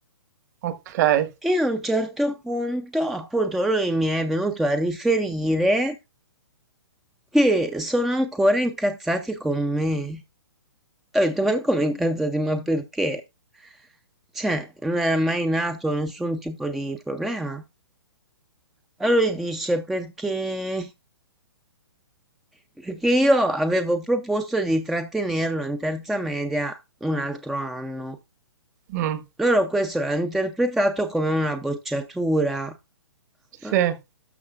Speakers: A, on the right; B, in the centre.
A: okay.
B: E a un certo punto, appunto, lui mi è venuto a riferire che sono ancora incazzati con me. E ho detto: "Ma come incazzati? Ma perché?" Cioè, non era mai nato nessun tipo di problema. Allora lui dice: "Perché perché io avevo proposto di trattenerlo in terza media un altro anno.
A: Mh.
B: Loro questo l'hanno interpretato come una bocciatura." Ma
A: Sì,